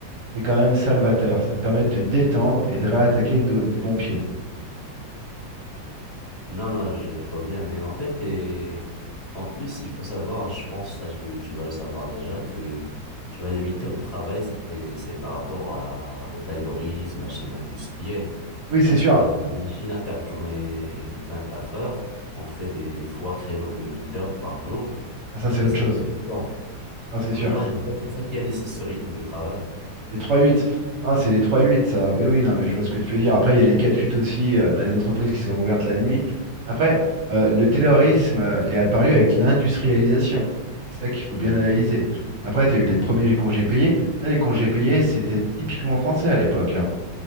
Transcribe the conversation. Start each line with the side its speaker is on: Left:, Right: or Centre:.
Right: c'est quand même salvateur. Ça te permet de te détendre et de réattaquer do- du bon pied.
Left: Non, non, je, je vois bien, mais en fait, et en plus, il faut savoir, je pense, ça, tu, tu dois le savoir déjà, que tu vois, les 8 heures de travail, c'était, c'est par rapport à, au taylorisme, la chaîne industrielle.
Right: Oui, c'est
Left: Parce
Right: sûr.
Left: qu'on a des machines à faire tourner 24 heures, on fait des trois créneaux de 8 heures par jour,
Right: Ah, ça, c'est
Left: et
Right: autre
Left: ça
Right: chose.
Left: tourne tout le temps.
Right: Non, c'est
Left: Oh,
Right: sûr.
Left: non, mais en fait, c'est ça qui a laissé ce rythme de travail.
Right: Les trois huit. Ah, c'est les trois huit, ça. Oui, oui, non, mais je vois ce que tu veux dire. Après, il y a les quatre huit aussi euh, dans les entreprises qui sont ouvertes la nuit. Après, euh, le terrorisme euh, est apparu avec l'industrialisation. C'est ça qu'il faut
Left: Hmm.
Right: bien analyser. Après, tu as eu les premiers congés payés. Ça, les congés payés, c'était typiquement français à l'époque. hein.